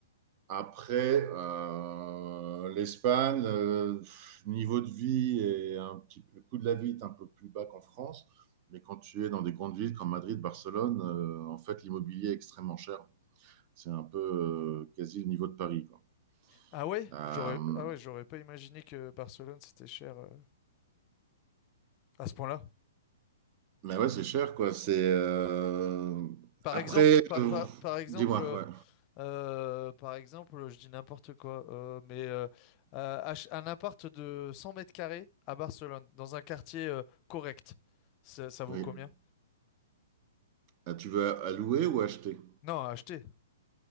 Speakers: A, on the right; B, on the left.
A: Après, euh, l'Espagne, euh, niveau de vie et un petit peu, le coût de la vie est un peu plus bas qu'en France. Mais quand tu es dans des grandes villes comme Madrid, Barcelone, euh, en fait, l'immobilier est extrêmement cher. C'est un peu euh, quasi le niveau de Paris, quoi.
B: Ah ouais,
A: Euh,
B: j'aurais ah ouais, j'aurais pas imaginé que Barcelone c'était cher euh, à ce point-là.
A: mais ouais, c'est cher, quoi. C'est euh,
B: Par
A: après,
B: exemple, par,
A: euh,
B: par- par exemple,
A: dis-moi,
B: euh,
A: ouais.
B: euh, par exemple, je dis n'importe quoi, euh, mais euh, euh, ach- un appart de 100 mètres carrés à Barcelone, dans un quartier euh, correct, ça, ça vaut
A: Oui.
B: combien?
A: Ah, tu veux allouer ou acheter?
B: Non, à acheter.